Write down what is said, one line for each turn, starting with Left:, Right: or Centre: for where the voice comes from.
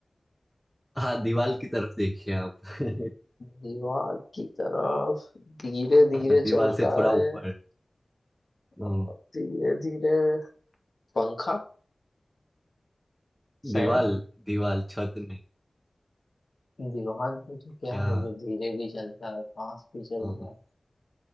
Centre: हाँ दीवाल की तरफ देखिए आप <laughs>
Left: दीवार की तरफ धीरे धीरे
Centre: हाँ दीवाल
Left: चलता
Centre: से थोड़ा
Left: है
Centre: ऊपर अम,
Left: और धीरे धीरे पंखा फैन
Centre: दीवाल दीवाल छत नहीं
Left: दीवार पे तो क्या
Centre: क्या
Left: है जो धीरे भी चलता है फास्ट भी चलता
Centre: अम,
Left: है